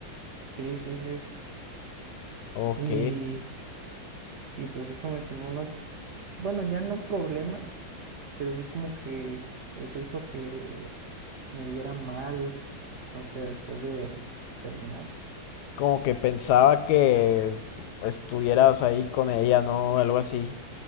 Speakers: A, on the right; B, on the left.
A: Sí, sí, sí.
B: Ok.
A: Y Y pues eso me generó unos, bueno, ya no problemas, pero sí como que eso hizo que me viera mal, no sé, después de terminar.
B: Como que pensaba que estuvieras ahí con ella, ¿no? Algo así.